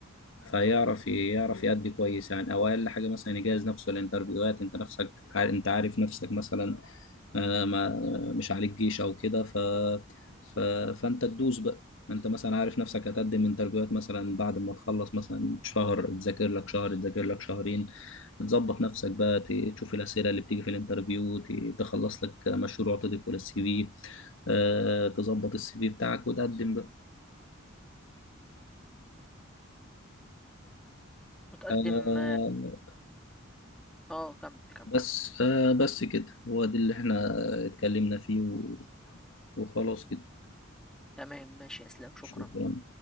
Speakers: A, on the left; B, in the centre.
A: فيعرف يعرف يأدي كويس يعني او اقل حاجه مثلا يجهز نفسه للانترفيوهات انت نفسك عار- انت عارف نفسك مثلا آه، ما مش عليك جيش او كده ف... ف... فانت تدوس بقى انت مثلا عارف نفسك هتقدم انترفيوهات مثلا بعد ما تخلص مثلا شهر تذاكر لك شهر تذاكر لك شهرين تظبط نفسك بقى ت- تشوف الاسئله اللي بتيجي في الانترفيو ت- تخلص لك مشروع تضيفه للسي في آه، تظبط السي في بتاعك وتقدم بقى
B: متقدم
A: آه،
B: اه كمل كمل
A: بس آه بس كده هو ده اللي احنا اتكلمنا فيه و... وخلاص كده
B: تمام ماشي يا اسلام شكرا
A: شكرا